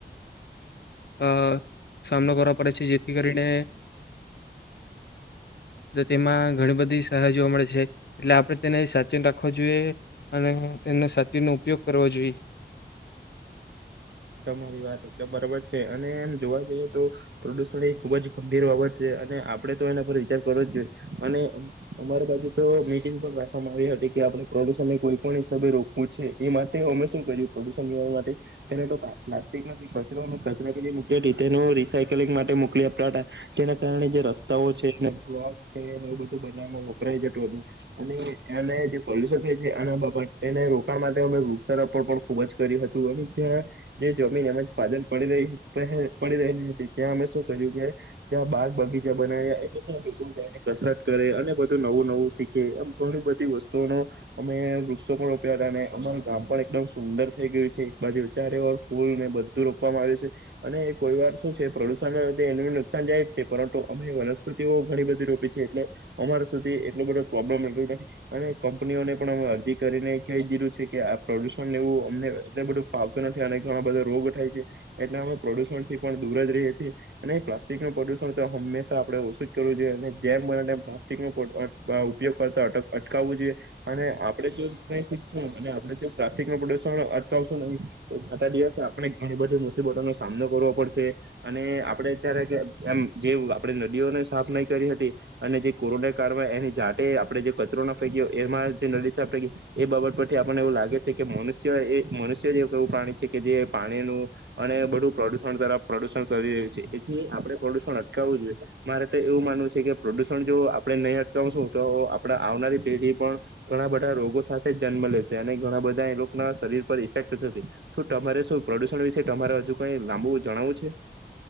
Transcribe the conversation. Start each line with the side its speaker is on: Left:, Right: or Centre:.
Left: આ સામનો કરવા પડે છે જેથી કરીને એ તેમાં ઘણી બધી સારહ જોવા મળે છે એટલે આપણે તેને સાચેન રાખવ જોઈએ, અને એનો સાચનો ઉપયોગ કરવો જોઈએ.
Right: રી વાત એકદમ બરાબર છે અને એમ જોવા જઈએ તો, પ્રદુષણ એ ખુબ જ ગંભીર બાબત છે અને આપડે તો એના પર વિચાર કરવો જ જોઈએ, અને અમારા પાસેુ તો મીટિંગ પણ રાખવામાં આવી હતી કે આપણે પ્રદુષણને કોઈ પણ હિસાબે રોકવું છે, એ માટે અમે શું કર્યું પ્રદુષણ માટેને, તો પ્લાસ્ટિક માંથી કચરો કચરા પ લૂકે તેનું રીસાયકલિંગ માટે મોકલી આપ હતા, તેના કારણે જે રસ્તાઓ છે, બ્લોક છેને એ બધું બનાવમાં વપરાય જતું હતું અને એને જે પોલ્યુશન છે એના બા એને રોકાણ માટે અ વૃક્ષારોપણ પણ ખુબ જ કર્યું હતું અને્યાં. જે જમીન એમ ફાદલ પડી રહી પડી રહેલી હતી ત્યાં અમે શું કર્યું કે જ્યાં બાગ બગીચા બનાવ્યા એટલે ત્યાં લોકો જને કસરત કરે અને બધું નવું નવું શીખે એમ ઘણી બધી વસ્તુઓ ન અમે વૃક્ષો પણ ઉપ અમારું ગામ પણ એકદમ સુંદર થઈ ગયું છે. એક બાજુ ચારે ઓ ને બધું રોપવામાં આવ્યું છે, અને કોઈ વાર શું છે પ્રદુષણ લ એ નુકસાન જાય છે પરંતુ અમે વનસ્પતિઓ ઘણી બધી રોપી છે એટલે અમારા સુધી એટલો બધો પ્રોબ્લેમ નથી અને કંપનીઓને પણ અમે અરજી કરીને ક દીધું છે કે આ પ્રદુષણને એવું અમને એટલ બધું ફાવતું નથી અને ઘણા બધા રોગ થાય છે એટલે અમે પ્રદુષણ થી પણ દૂર જ રહીએ છીએ અને પ્લાસ્ટિક નું પ્રદુષણ તો હંમેશા આપણે ઓછું જ કરવું જોઈએ અને જેમ બને તેમ પ્લાસ્ટિક ન ઉપયોગ કરતાટ અટકાવવું જોઈએ અને આપણેે જો ન શીખશું અને આપણે જો પ્લાસ્ટિક નું પ્રદુષણ અટકાવશું નહીં. જાતા દિવસે આપણે ઘણી બધી મુસીબતોનો સામનો કરવો પડશે અને આપડે અત્યારે એમ જે આપડે નદીઓને સાફ નહી કરી હતી અને જે કોરોના કાળમાં એની જાટે આપડે જે કચરો ના ફેંક્યો એમાં જે નદી સાફ ફેંકી એ બાબત પરથી આપણને એવું લાગે છે કે મનુષ્ય એ મનુષ્ય જે એવું પ્રાણી છે કે જે પાણીનું અને બડુ પ્રડુષણ તરફ પ્રડુષણ કરી રહ્યું છે. એથી આપણે પ્રડુષણ અટકાવવું જોઈએ મારે એવું માનવું છે કે પ્રડુષણ જો આપડે નહીં અટકાવશું તો આપડા આવનારી પેઢી પણ ઘણા બધા રોગો સાથે જન્મ લેશે અને ઘણા બધા એ લોકો ના શરીર પર ઇફેક્ટ થશે. શું તમારે શું પ્રડુષણ વિશે તમારે હજુ કઈ લાંબુ જણાવું છે?